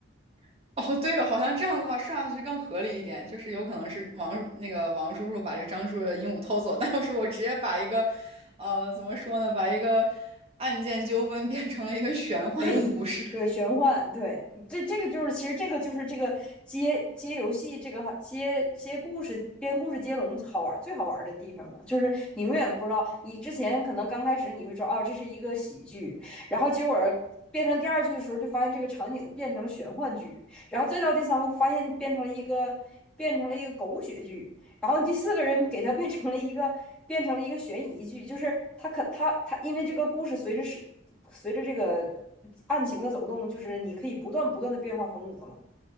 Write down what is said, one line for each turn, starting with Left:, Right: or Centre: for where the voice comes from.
Right: <laughs> 哦，对哦，好像这样的话说下去更合理一点，就是有可能是王那个王叔叔把这张叔叔的鹦鹉偷走，但是我直接把一个，呃，怎么说呢，把一个案件纠纷变成了一个玄幻的故事。
Centre: 悬疑，对，玄幻，对，这这个就是，其实这个就是这个接接游戏，这个好接接故事、编故事接龙好玩，最好玩的地方嘛，就是你永远不知道，你之前可能刚开始你会说哦，这是一个喜剧，然后结果变成第二句的时候，就发现这个场景变成了玄幻剧，然后再到第三个，发现变成了一个变成了一个狗血剧，然后第四个人给他变成了一个变成了一个悬疑剧，就是他可他他因为这个故事随着是随着这个案情的走动，就是你可以不断不断的变化风格嘛，